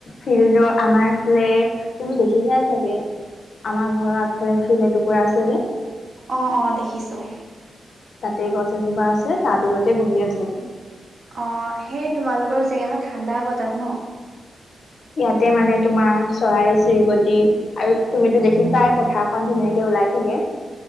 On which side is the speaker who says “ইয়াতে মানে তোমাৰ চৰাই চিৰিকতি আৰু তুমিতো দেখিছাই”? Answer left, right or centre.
Left